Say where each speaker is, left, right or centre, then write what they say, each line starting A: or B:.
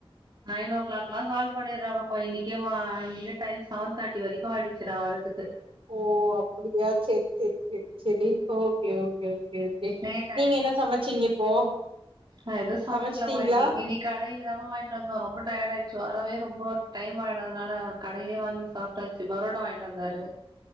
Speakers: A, on the right; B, on the right.
A: நைன் ஓ கிளாக்லா கால் பண்ணிறாங்கப்பா இன்னிக்கே வா இன்னிக்கே டைம் சவன் தேட்டி வரைக்கூ ஆயிடுச்சி நா வரதுக்கு
B: ஓ அப்புடியா செரி செரி செரி செரி okay okay okay okay
A: late
B: நீங்க
A: ஆயிடுது
B: என்ன சமச்சீங்க இப்போ
A: நா எதுவு சமைக்கலமா
B: சமச்டீங்ளா
A: இன்னைக்கு இன்னைக்கு கடையில தாமா வாய்ன்ட்டு வந்தோ ரொம்ப டயர்ட் ஆயிடுச்சு வரவே ரொம்ப டைம் ஆயிடு அதனால கடையிலேயே வாங்கி சாப்ட்டாச்சு பரோட்டா வாய்ன்ட்டு வந்தாரு